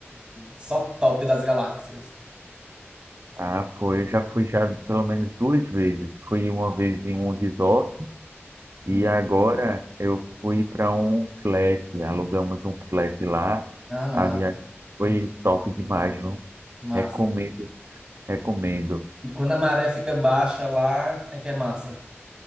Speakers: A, on the right; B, on the right.
A: só top das galáxias.
B: Ah, foi. Já fui já pelo menos duas vezes. Fui uma vez em um resort. E
A: Hum.
B: agora eu fui para um flat, alugamos um flat lá.
A: Ah, massa,
B: A viagem foi top demais, viu?
A: massa.
B: Recomendo, recomendo.
A: E quando a maré fica baixa lá, é que é massa.